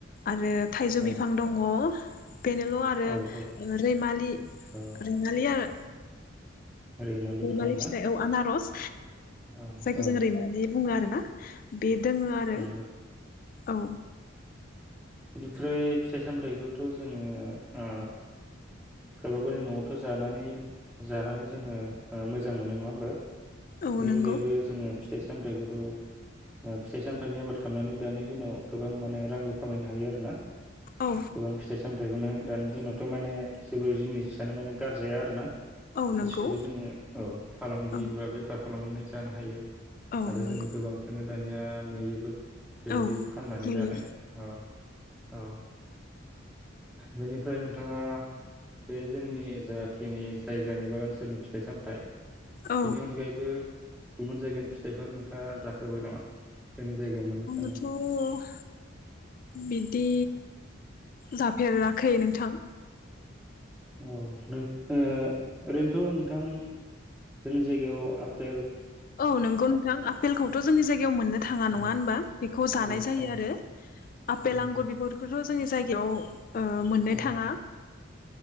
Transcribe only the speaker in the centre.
औ
औ औ
औ
रैमालिबो
दंना
औ
औ
नंगौ
बेनिफ्राय फिथाइ सामथाइखौथ' जोङो ओ गावबा गावनि न'आवथ' जानानै जानानै जोङो मोजां मोनो नङा होमबा
बेनि
अनगायैबो जोङो फिथाइ सामथाइखौथ' फिथाइ सामथाइनि आबाद खालामनानै दानि दिनाव गोबां माने रांबो खामायनो हायो आरो ना
गोबां फिथाइ सामथायाइखौनो दानि दिनावथ' माने जेबो जिनिसानो माने गारजाया आरोना
गासिखौबो
जोङो औ फालांगि
बा बेफार खालामनानै जानो हायो
आरो
जों गोबांखौनो दानिया नुयोबो बेबायदि
फाननानै
जानाय औ औ बेनिफ्राय नोंथाङा बे जोंनि जाखिनि जायगानि बा ओनसोलनि फिथाइ सामथाइ
बेनि अनगायैबो गुबुन जायगानि फिथाइफोर नोंथाङा जाफेरबाय नामा जोंनि जायगायाव मोननो
थाङि
औ नोंथांआ ओरैनोथ' नोंथां जोंनि जायगायाव आफपेल
औ
औ
औ
नंगौ
औ